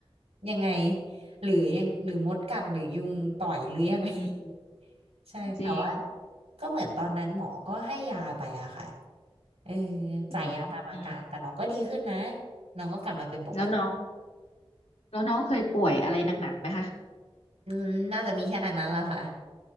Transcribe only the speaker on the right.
ยังไงหรือยังหรือมดกัดหรือยุงต่อยหรือยังไง
<laughs> ใช่แต่ว่า
ก็เหมือนตอนนั้นหมอก็ให้ยาไปอะค่ะเออ
จ่ายยาตามอาการแต่น้องก็ดีขึ้นนะน้องก็กลับมาเป็นปกติ
อืมน่าจะมีแค่อันนั้นละค่ะ